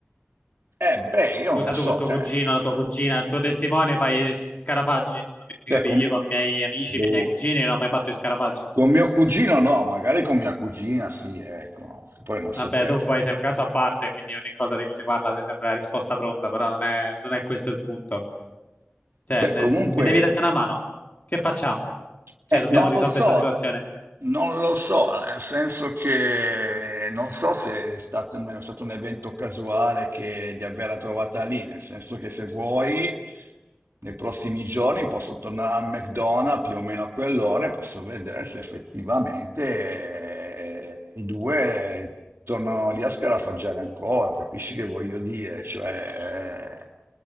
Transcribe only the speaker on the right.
Eh, beh, io
non lo so,
cioè,
beh,
con,
boh,
con mio cugino no, magari con mia cugina sì, ecco, poi non so
te.
Beh,
comunque
Eh,
non
lo so,
non lo so, nel senso che non so se è stato, è stato un evento casuale che, di averla trovata lì, nel senso che se vuoi, nei prossimi giorni posso tornare al McDonald's più o meno a quell'ora e posso vedere se effettivamente eh, i due tornano lì a scarafaggiare ancora, capisci che voglio dire? Cioè,